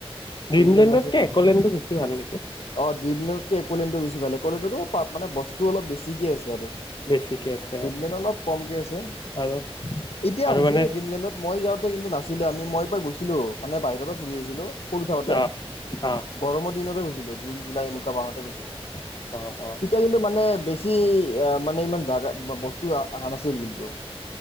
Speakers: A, on the left; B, on the left.
A: ড্ৰিমলেণ্ডতকে
B: ড্ৰিমলেণ্ড আছে
A: একলেণ্ডো বেছি ভাল নেকি
B: অঁ ড্ৰিমলেণ্ডকে এক'লেণ্ডটো বেছি ভাল একক'লেণ্ডতো পাত মানে বস্তু অলপ বেছিকৈ আছে আৰু
A: বেছিকে আছে
B: ড্ৰিমলেণ্ড
A: আৰু
B: অলপ কমকৈ আছে
A: আৰু
B: এতিয়া হৈছে
A: মানে
B: নে ডিমলেণ্ডত মই যাওঁতে কিন্তু নাছিলা আমি মই এইবাৰ গৈছিলোঁ মানে বাহিৰৰ পৰা ঘূৰি আহিছিলোঁ সৰু থাওঁতে
A: অ অ
B: গৰমৰ দিনতে গ জুন জুলাই এনেকুৱা মাহতে গৈছিলো
A: অ অ
B: তেতিয়া কিন্তু মানে বেছি মানে ইমান জা বস্তু অহা নাছিল কিন্তু